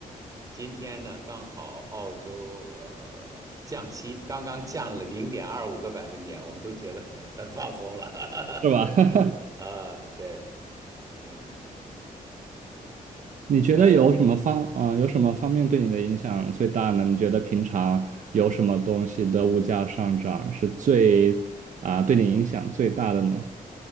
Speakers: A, on the right; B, on the right.
A: 今天呢，刚好澳洲呃降息，刚刚降了零点二五个百分点，我们都觉得很很放松了。
B: 是吧？<laughs>
A: <laughs> 啊，对，嗯，
B: 你觉得有什么方啊、
A: 呃，
B: 呃有什么方面对你的影响最大呢？你觉得平常有什么东西的物价上涨是最啊、对你影响最大的呢？